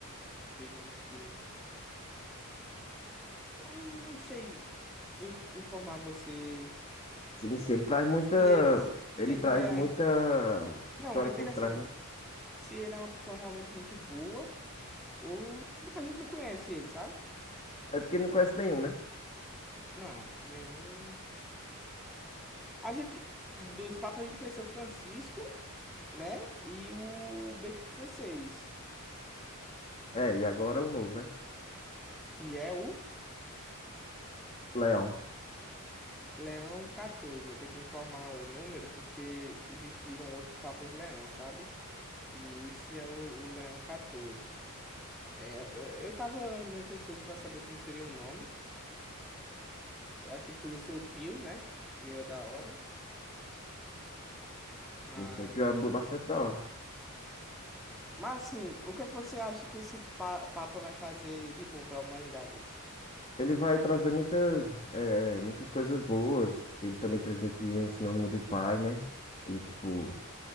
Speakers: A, in the centre; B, on the left.
A: digamos que. Eu Não sei inf- informar você
B: Sim, sim. Ele traz muita.
A: se ele, se se
B: Ele
A: ele
B: traz
A: é.
B: muita história
A: Não, eu
B: por
A: digo assim,
B: trás, né?
A: se ele é uma pessoa realmente muito boa ou que a gente não conhece ele, sabe?
B: É porque não conhece nenhum, né?
A: Não, nenhum. A gente, dos papas, a gente conheceu o Francisco, né? E o Bento XVI,
B: É, e agora o novo, né?
A: que é o
B: Leão.
A: Leão XIV. Eu tenho que informar o número porque existiram outros papas Leão, sabe? E esse é o, o Leão XIV. É, eu eu tava meio que ansioso pra saber como seria o nome. Eu achei que podia ser o Pio, né? O Pio é da hora, mas...
B: Sim, sim. O pior é bu- bastante da hora.
A: Mas, assim, o que é que você acha que esse pa- Papa vai fazer de bom pra humanidade?
B: Ele vai trazer muitas, eh, muitas coisas boas. Ele também transmite um sinônimo de paz, né? E, tipo,